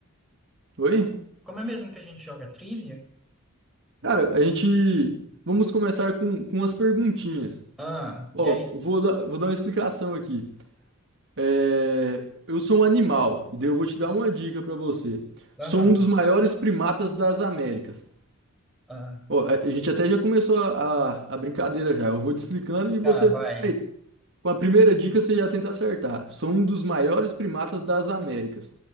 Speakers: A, on the right (about 55°); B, in the centre.
A: Oi?
B: Como é mesmo que a gente joga trivia?
A: Cara, a gente. Vamos começar com, com umas perguntinhas.
B: Ah,
A: Ó,
B: e aí?
A: vou dar, vou dar uma explicação aqui. É, Eu sou um animal, e daí eu vou te dar uma dica pra você.
B: Aham,
A: Sou um dos maiores primatas das Américas.
B: ah,
A: Ó, a a gente até já começou a, a, a brincadeira já. Eu vou te explicando e
B: tá,
A: você.
B: vai.
A: aí, com a primeira dica você já tenta acertar. Sou um dos maiores primatas das Américas.